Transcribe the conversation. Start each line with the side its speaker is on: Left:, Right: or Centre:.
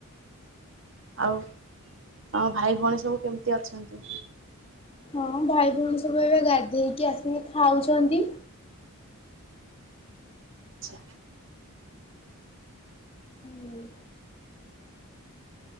Right: ଆଉ ତମ ଭାଇ ଭଉଣୀ ସବୁ କେମିତି ଅଛନ୍ତି।
Left: ହଁ ଭାଇ ଭଉଣୀ ସବୁ ଏବେ ଗାଧେଇକି ଆସି ଖାଉଛନ୍ତି।
Right: ଆଚ୍ଛା।
Left: ହୁଁ।